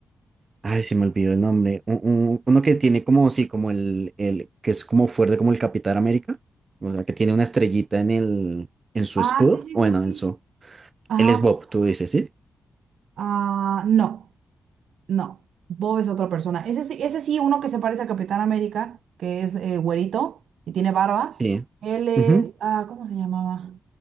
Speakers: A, on the right; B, on the right.
A: ay, se me olvidó el nombre, un- un- uno que tiene como, sí, como el, el, que es como fuerte como el Capitán América, o sea, que tiene una estrellita en el, en su
B: Ah,
A: escudo,
B: sí, sí,
A: bueno,
B: sí, sí.
A: en su,
B: Ajá.
A: él es Bob, tú dices, ¿sí?
B: Ah, no. No, Bob es otra persona. Ese sí, ese sí, uno que se parece a Capitán América, que es eh, güerito y tiene barba.
A: Sí.
B: Él es,
A: Ujú.
B: ah, ¿cómo se llamaba?